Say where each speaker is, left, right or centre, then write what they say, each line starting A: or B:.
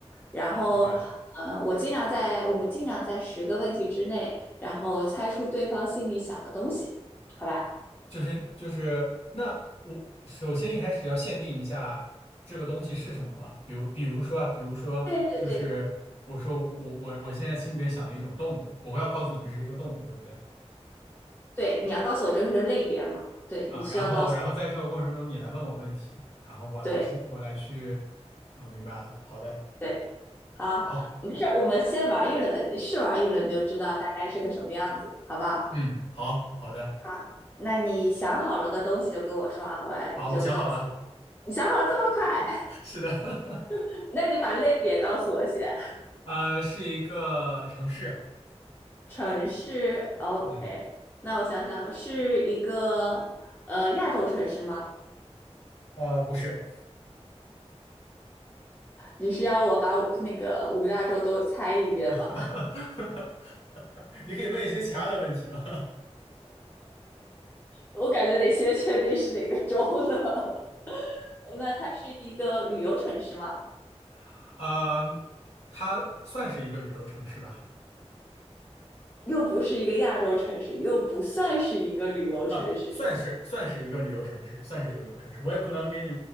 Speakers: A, on the left; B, on the left.
A: 然后，
B: 明白，
A: 呃，我尽量在我们尽量在十个问题之内，然后猜出对方心里想的东西，好吧？
B: 就是就是那我首先一开始要限定一下这个东西是什么嘛？比如比如说啊，比如说就是我说我我我我现在心里边想了一种动物，
A: 对对对
B: 我会要告诉你这是一个动物，对不对？
A: 对，你要告诉我这个是类别嘛？对，
B: 啊，
A: 你需要告诉我。
B: 然后然后在这个过程中你来问我问题，然后我来进我来去，
A: 对
B: 嗯，明白了，好的，
A: 对，好，
B: 好，
A: 没事儿，我们先玩一轮，试玩一轮就知道大概是个什么样子，好不好？
B: 嗯，好好的，
A: 好，那你想好了个东西就跟我说啊，我你就告诉我
B: 好，我想好了，
A: 你想好了这么快？
B: <laughs> 是的，<laughs>
A: <laughs> 那你把类别告诉我先。
B: 啊，是一个城市，
A: 城市，OK。
B: 嗯，
A: 那我想想，是一个呃亚洲城市吗？
B: 呃，不是，
A: 你是要我把那个五大洲都猜一遍吗？
B: <laughs> 你可以问一些其他的问题吗？
A: 我感觉得先确定是哪个州呢。<laughs> 那它是一个旅游城市吗？
B: <laughs> 呃，它算是一个旅游城市吧。
A: 又不是一个亚洲城市，又不算是一个旅游城市。
B: 啊，算是算是一个旅游城市，算是一个旅游城市。我也不能给你